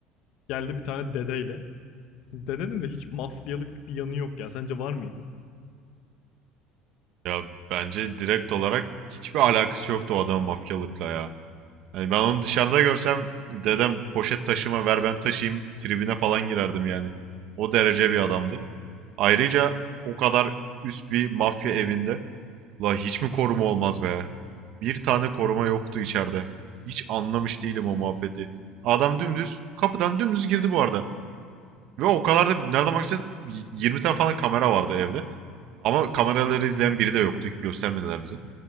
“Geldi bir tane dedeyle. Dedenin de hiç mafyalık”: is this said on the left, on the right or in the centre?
Left